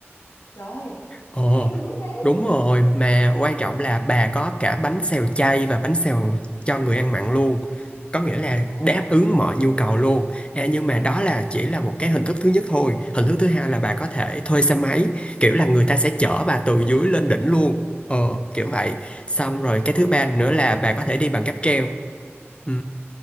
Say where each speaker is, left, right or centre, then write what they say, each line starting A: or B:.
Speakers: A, on the left; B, on the left.
A: trời.
B: Ồ,
A: Rẻ dữ vậy.
B: đúng rồi, mà quan trọng là bà có cả bánh xèo chay và bánh xèo cho người ăn mặn luôn. Có nghĩa là
A: Ồ.
B: đáp ứng mọi nhu cầu luôn. À, nhưng mà đó là chỉ là một cái hình thức thứ nhất thôi. Hình thức thứ hai là bà có
A: Ừ.
B: thể thuê xe máy, kiểu là người ta sẽ chở bà từ dưới lên đỉnh luôn. Ờ, kiểu vậy. Xong rồi cái thứ
A: À,
B: ba nữa là bà có thể đi bằng cáp treo. Ừ,